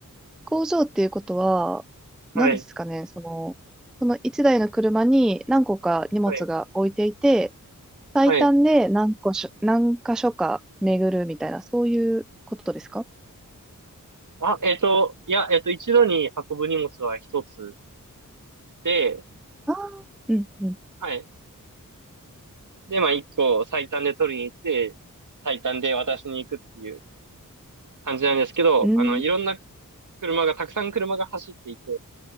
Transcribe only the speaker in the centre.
工場っていうことは、
何ですかね、その、その一台の車に何個か荷物が置いていて、
最短で何個しょ、
何箇所か巡るみたいな、そういうことですか
ああー、うん、うん、
うん、